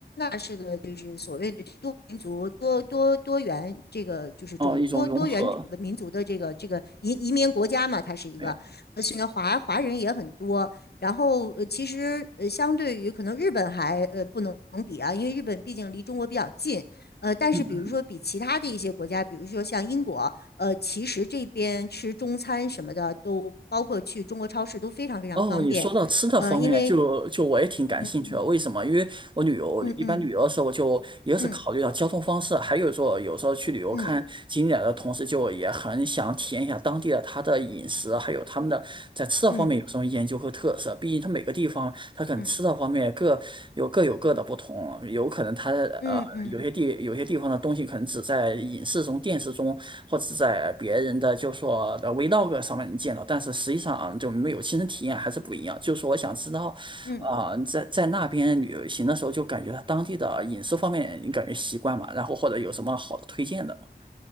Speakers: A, on the left; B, on the right.
A: 是个就是所谓的多民族、多多多元这个就是种多多元民族的这个这个移移民国家嘛，
B: 哦，一种融合。
A: 它是一个，
B: 哎，
A: 呃，所以华华人也很多。然后呃，其实呃，相对于可能日本还呃不能比啊，因为日本毕竟离中国比较近。呃，但是比如说比其他的一些国家，
B: 嗯嗯。
A: 比如说像英国，呃，其实这边吃中餐什么的都包括去中国超市都非常非常方便。
B: 哦，你说到吃的方面，
A: 呃，因为
B: 就就我也挺感兴趣的。
A: 嗯嗯
B: 为什么？因为我旅游一般旅游的时候，
A: 嗯嗯
B: 我就一个是考虑到交通方式，
A: 嗯
B: 还有说有时候去旅游看景点的同时，
A: 嗯。嗯
B: 就也很想体验一下当地的它的饮食，还有他们的在吃的方面有什么研究和特色。
A: 嗯
B: 毕竟它每个地方它可能吃的方面各有各有各的不同，
A: 嗯
B: 有可能它的呃有些地有些地方的东西可能只在影视中、
A: 嗯嗯
B: 电视中，或者是在别人的就说的 vlog 上面能见到，但是实际上啊就没有亲身体验还是不一样。就是说我想知道啊、
A: 嗯。
B: 在在那边旅行的时候，就感觉他当地的饮食方面，你感觉习惯嘛？然后或者有什么好的推荐的吗？